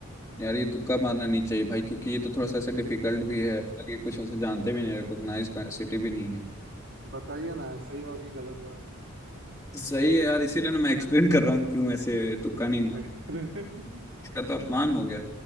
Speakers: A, on the left; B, on the right.
A: यार ये तुक्का मारना नहीं चाहिए भाई क्योंकि ये तो थोड़ा सा ऐसे डिफिकल्ट भी है ताकि कुछ ऐसे जानते भी नहीं रिकॉग्नाइज सिटी भी नहीं है
B: बताइए ना सही हुआ कि गलत हुआ
A: सही है यार इसीलिए ना मैं एक्सप्लेन कर रहा हूँ क्यों ऐसे तुक्का नहीं
B: अरे अरे <laughs>
A: इसका तो अपमान हो गया